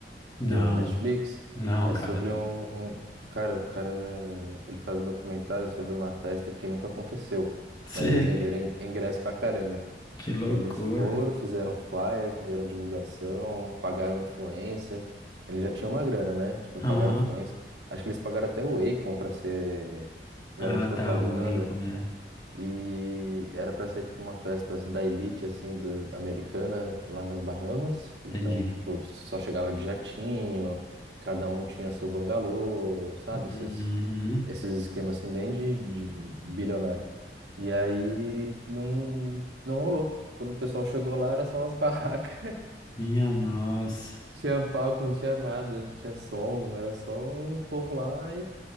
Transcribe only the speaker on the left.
Não,
não,
cara.
Tá...
<laughs>
Cê-
Que loucura.
Aham.
Ah, tá.
O Waco, né?
Entendi.
Uhum.
Minha nossa.